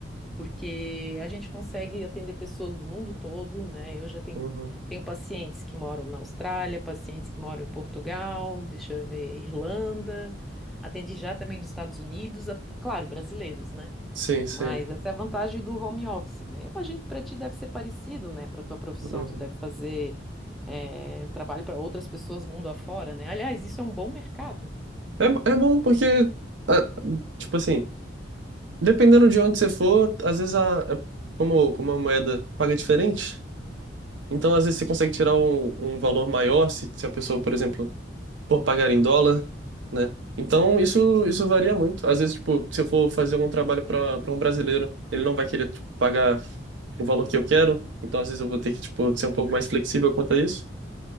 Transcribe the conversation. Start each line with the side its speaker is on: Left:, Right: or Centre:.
Centre: porque a gente consegue atender pessoas do mundo todo, né? Eu já tenho,
Right: uhum, uhum.
Centre: tenho pacientes que moram na Austrália, pacientes que moram em Portugal, deixa eu ver, Irlanda. Atendi já também nos Estados Unidos, a- claro, brasileiros, né?
Right: Sim, sim.
Centre: Mas essa é a vantagem do home office, né? Eu imagino que para ti deve ser parecido, né? Para tua profissão,
Right: Uhum.
Centre: tu deve fazer eh, trabalho para outras pessoas mundo afora, né? Aliás, isso é um bom mercado.
Right: É, bo- é bom porque, ah, tipo assim, dependendo de onde você for, às vezes a, a- como, como a moeda paga diferente, Então, às vezes, você consegue tirar um, um valor maior se, se a pessoa, por exemplo, for pagar em dólar, né? Então, isso, isso varia muito. Às vezes, tipo, se eu for fazer um trabalho para para um brasileiro, ele não vai querer tipo, pagar o valor que eu quero. Então, às vezes, eu vou ter que, tipo, ser um pouco mais flexível quanto a isso.